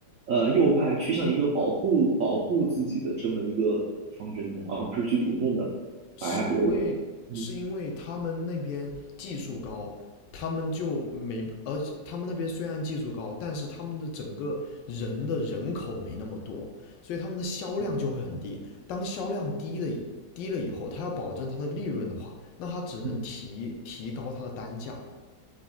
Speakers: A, on the right; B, on the left.
A: 呃右派趋向一个保护保护自己的这么一个方针呢，而不是去主动的打压别人。
B: 是因为是因为他们那边技术高，
A: 嗯
B: 他们就没，而且他们那边虽然技术高，但是他们的整个人的人口没那么多，所以他们的销量就会很低。
A: 嗯
B: 当销量低的低了以后，他要保证他的利润的话，那他只能提提高他的单价。
A: 嗯，